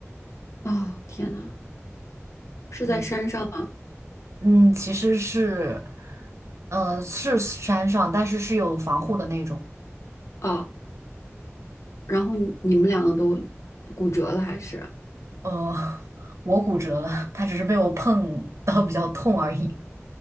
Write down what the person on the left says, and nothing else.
哦，天呐，是在山上吗？
哦，然后你你们两个都骨折了，还是？